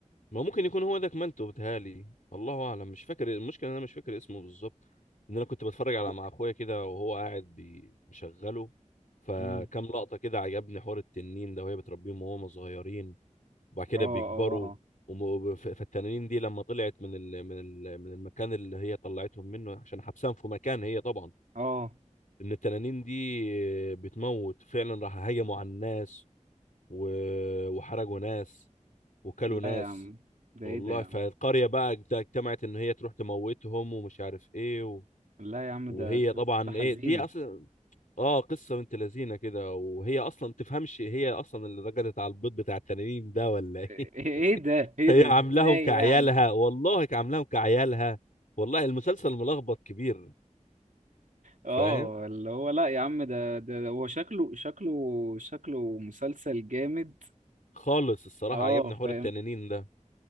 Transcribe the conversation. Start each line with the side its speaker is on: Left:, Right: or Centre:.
Left: ما ممكن يكون هو ده كمانتو بتهالي الله اعلم مش فاكر المشكله إن انا مش فاكر اسمه بالظبط ان انا كنت بتفرج على
Right: هو-
Left: مع اخويا كده وهو قاعد بي- مشغله فكام
Right: مم.
Left: لقطه كده عجبني حوار التنين ده وهي بتربيهم وهم صغيرين وبعد كده
Right: اه اه
Left: بيكبروا وم- وب- ف- فالتنانين دي لما طلعت من ال من ال من المكان اللي هي طلعتهم منه عشان حبسهم في مكان هي طبعا
Right: اه آه.
Left: ان التنانين دي بتموت فعلا راح هجموا على الناس و- وحرقوا ناس وكلوا
Right: لا
Left: ناس
Right: يا عم ده
Left: والله
Right: ايه ده يا
Left: فالقرية
Right: عم
Left: بقى اجت- اجتمعت ان هي تروح تموتهم ومش عارف ايه و...
Right: لا يا عم
Left: وهي
Right: ده قصة
Left: طبعا
Right: حزينة
Left: ايه دي اصلا اه قصة بنت لذينة كده وهي اصلا تفهمش هي اصلا اللي رقدت على البيض بتاع التنانين ده ولا
Right: ايه
Left: ايه
Right: إيه ده
Left: <laughs>
Right: ايه
Left: هي
Right: ده
Left: عاملاهم
Right: ازاي
Left: كعيالها
Right: يعني
Left: والله عاملاهم كعيالها والله المسلسل ملخبط كبير
Right: اه
Left: فاهم
Right: اللي هو لا يا عم ده ده ده هو شكله شكله شكله مسلسل جامد
Left: خالص الصراحة
Right: اه
Left: عجبني
Right: فاهم
Left: حوار التنانين ده